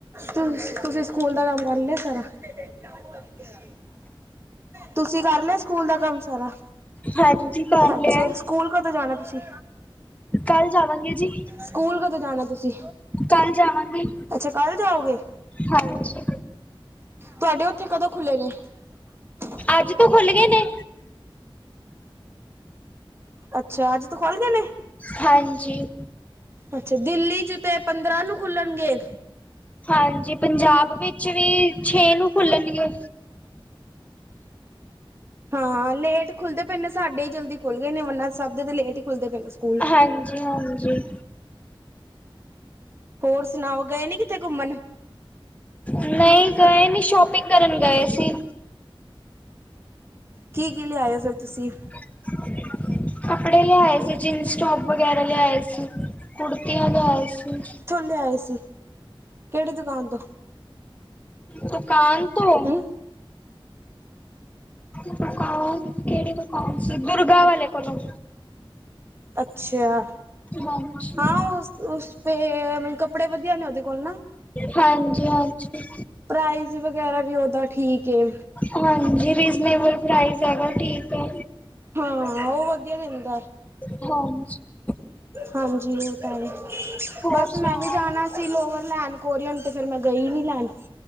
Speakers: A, on the right; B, on the left.
A: ਤੁ ਤੁਸੀਂ ਸਕੂਲ ਦਾ ਕੰਮ ਕਰ ਲਿਆ ਸਰਾਰਾ <unintelligible> ਤੁਸੀਂ ਕਰ ਲ ਸਕੂਲ ਦਾ ਕੰਮ ਸਾਰਾ
B: ਹਾਂਜੀ ਕਰ
A: ਅੱਛਾ
B: ਲਿਆ
A: ਸਕੂਲ ਕਦੋਂ ਜਾਣਾ ਤੁਸੀਂ
B: ਕੱਲ ਜਾਵਾਂਗੇ ਜੀ
A: ਸਕੂਲ ਕਦੋਂ ਜਾਣਾ ਤੁਸੀਂ
B: ਕੱਲ ਜਾਵਾਂਗੀ
A: ਅੱਛਾ ਕੱਲ ਜਾਓਗੇ
B: ਹਾਂਜੀ
A: ਤੁਹਾਡੇ ਉੱਥੇ ਕਦੋਂ ਖੁੱਲ੍ਹੇ ਨੇ ੜ
B: ਅੱਜ ਤੋਂ ਖੁੱਲ ਗਏ
A: ਨਾਲ
B: ਨੇ
A: ਅੱਛਾ ਅੱਜ ਤੂੰ ਖੋਲਦੇ ਨੇ
B: ਹਾਂਜੀ
A: ਅੱਛਾ ਦਿੱਲੀ ਚ ਤੇ ਪੰਦਰਾਂ ਨੂੰ ਖੁੱਲਣਗੇ
B: ਹਾਂਜੀ ਪੰਜਾਬ ਵਿੱਚ ਵੀ ਛੇ ਨੂੰ ਖੁੱਲਣਗੇ
A: ਹਾਂ ਲੇਟ ਖੁੱਲਦੇ ਪਏਦੇ ਨੇ ਸਾਡੇ ਹੀ ਜਲਦੀ ਖੁੱਲ ਗਏ ਨੇੰਨਾ ਸਾਹਿਬ ਦੇ ਤੇ ਲੇਟ ਹੀ ਖੁੱਲਦੇ ਪਏ ਨੇ ਸਕੂਲ
B: ਹਾਂਜੀ ਹਾਂਜੀ
A: ਹੋਰ ਸੁਣਾਓ ਗਏ ਨੀ ਕਿੱਥੇ ਘੁੰਮਣ
B: ਨਹੀਂ ਗਏ ਨੀ ਸ਼ੋਪਿੰਗ ਕਰਨ ਗਏ ਸੀ
A: ਕੀ ਕੀ ਲਿਆਇ ਹੋ ਫਿਰ ਤੁਸੀਂ
B: <unintelligible> ਕੱਪੜੇ ਲਿਆਏ ਸੀ ਜੀਨਸ ਟੋਪ ਵਗੈਰਾ ਲਿਆਏ ਸੀ ਕੁੜਤੀਆਂ ਲਿਆਏ ਸੀ
A: ਲੇੇ ਆਏ ਸੀ ਕਿਹੜੀ ਦੁਕਾਨ ਤੋਂ
B: ਦੁਕਾਨ ਤੋਂ
A: ਹੂੰ
B: ਦੁ ਕਿਹੜੀ ਦੁਕਾਨ ਦੁਰਗਾ ਵਾਲੇ ਕੋਲੋਂ
A: ਅੱਛਾ
B: ਹਾਂਜੀ
A: ਹਾਂ ਉਸ ਉਸ ਮਤਲਬ ਕੱਪੜੇ ਵਧੀਆ ਨੇ ਉਹਦੇ ਕੋਲ ਨਾ
B: ਹਾਂਜੀ ਹਾਂਜੀ
A: ਪ੍ਰਾਈਜ਼ ਵਗੈਰਾ ਵੀ ਉੱਦਾਂ ਠੀਕ ਏ
B: ਹਾਂਜੀ ਰੀਜ਼ਨੇਬਲ ਪ੍ਰਾਈਜ਼ ਹੈਗਾ ਠੀਕ ਹੈ
A: ਹਾਂ, ਓ ਵਦੀਆ ਦੇਂਦਾ।
B: <unintelligible>
A: ਹਾਂਜੀ <unintelligible> ਓ ਤਾ ਐ।
B: ਹੋਰ
A: ਬਾੱਸ
B: ਸੁਣਾਓ
A: ਮੈਂ ਵੀ ਜਾਨਾ ਸੀ ਲੋਵਰ ਲੈਨ ਕੋਰੀਅਨ, ਤੇ ਫੇਰ ਮੈਂ ਗਈ ਨੀ ਲੈਨ।